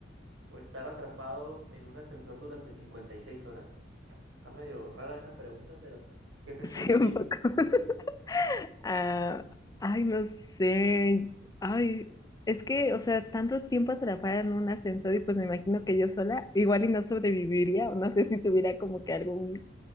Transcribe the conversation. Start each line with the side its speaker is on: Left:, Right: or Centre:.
Right: o estar atrapado en un ascensor durante 56 horas? Está medio rara esa pregunta, pero ¿qué <laughs> preferirías?
Left: Sí, un poco. <laughs> Ah, ay, no sé. Ay, es que, o sea, tanto tiempo atrapada en un ascensor y pues me imagino que yo sola igual y no sobreviviría, o no sé si tuviera como que algún